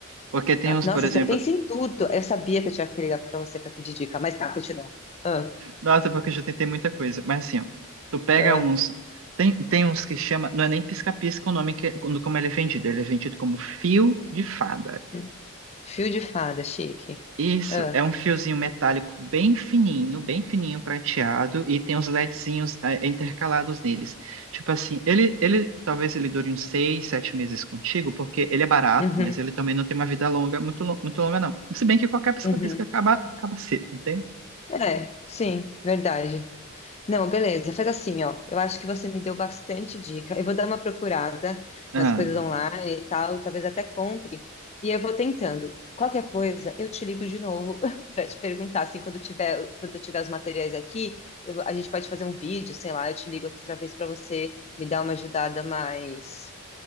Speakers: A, on the right; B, on the left.
A: Porque tem
B: Ah,
A: uns,
B: Nossa,
A: por exemplo...
B: você pensa em tudo. Eu sabia que eu tinha que ligar pra você pra pedir dica, mas tá, continua. Ah,
A: Nossa, porque eu já tentei muita coisa. Mas assim, ó, tu pega
B: ah,
A: uns... Tem, tem uns que chama... Não é nem pisca-pisca o nome que, quando- como ele é vendido. Ele é vendido como fio de fada.
B: hum. Fio de fada, chique.
A: Isso,
B: Ah,
A: é um fiozinho metálico bem fininho, bem fininho prateado e tem uns LEDzinhos eh, intercalados neles. Tipo assim, ele, ele talvez ele dure uns seis, sete meses contigo, porque ele é barato,
B: uhum,
A: mas ele também não tem uma vida longa, muito, lo- muito longa não. Se bem que qualquer pisca-pisca
B: uhum.
A: acaba, acaba cedo, entende?
B: É, sim, verdade. Não, beleza, faz assim, ó. Eu acho que você me deu bastante dica. Eu vou dar uma procurada
A: Ah,
B: nas coisas online e tal, talvez até compre. E eu vou tentando. Qualquer coisa, eu te ligo de novo <laughs> para te perguntar, assim, quando eu tiver, quando eu tiver os materiais aqui, eu- a gente pode fazer um vídeo, sei lá, eu te ligo outra vez para você me dar uma ajudada mais,